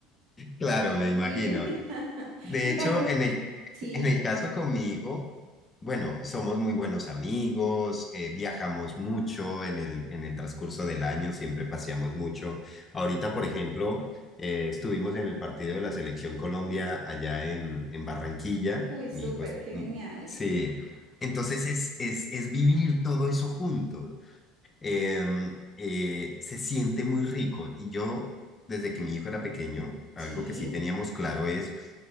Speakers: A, on the left (about 25°); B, on the right (about 60°).
A: Claro, me
B: sí,
A: imagino.
B: <laughs>
A: De
B: en
A: hecho,
B: cambio,
A: en el,
B: sí,
A: en
B: dime,
A: el caso conmigo, bueno, somos muy buenos amigos, eh, viajamos mucho en el, en el transcurso del año, siempre paseamos mucho. Ahorita, por ejemplo, eh, estuvimos en el partido de la Selección Colombia allá en, en Barranquilla.
B: uy, súper,
A: Mi hijo es...
B: qué
A: mm,
B: genial,
A: Sí, entonces es, es, es vivir todo eso juntos em, eh, se siente muy rico. Y yo, desde que mi hijo era pequeño, algo
B: sí,
A: que sí teníamos claro es,